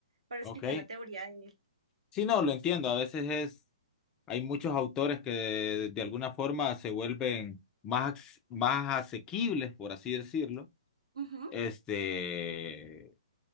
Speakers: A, on the right; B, on the left.
A: para
B: Ok.
A: explicar la teoría de él.
B: Sí, no, lo entiendo. A veces es, hay muchos autores que de, de alguna forma se vuelven más, ac- más asequibles, por así decirlo.
A: Ujú.
B: Este,